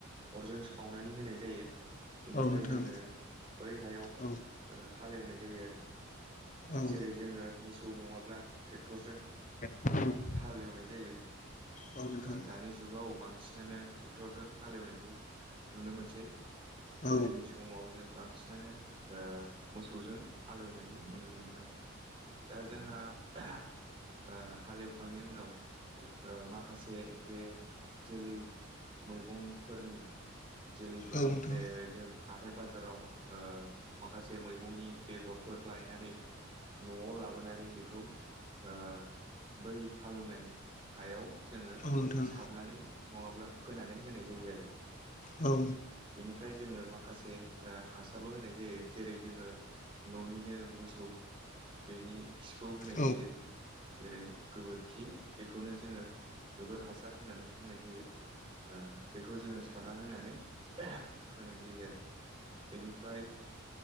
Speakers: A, on the right; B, on the left.
A: अरजों सावनानै होनाय जायो। बेनिफ्राय
B: औ नोंथां
A: जोङो बै हायाव
B: औ
A: ओ हालेवनाय जायो आरो।
B: औ
A: जेरै जोङो मोसौ नङाब्ला थे क्टरजों
B: नोंथां
A: हालेवनाय जायो।
B: औ नोंथां
A: ओ दानि जुगाव बांसिनानो ट्रेक्टरजों हालेवनायखौ नुनो मोनसै।
B: औ नोंथां औ
A: गोदोनि समाव जों बांसिनानो ओ मोसौजों हालेवनाय बेखौ नुनो मोनोमोन आरो दा जोंहा ओ हालेवखांनायनि उनाव ओ माखासे जे जोलै मैगंफोरनि जोलैफोर
B: औ नोंथां
A: जेरै जों हाथाय बाजाराव ओ माखासे मैगं नि बेगरफोर लायनानै न'आव लाबोनानै बेखौ ओ बै हालौवनाय हायाव जोङो
B: औ नोंथां
A: सारनानै नङाब्ला फोनानै होनाय जायो आरो।
B: औ।
A: बिनिफ्राय जोङो माखासे ओ हासारबो होनाय जायो जेरै जोङो न'निनो मोसौ बेनि खिखौ होनाय
B: औ
A: जायो जेरै गोबोरखि बेखौनो जोङो गोबोर हासार होननानै बुंनाय जायो। ओ बेखौ जोङो सारना होनानै होनाय जायो आरो। बेनिफ्राय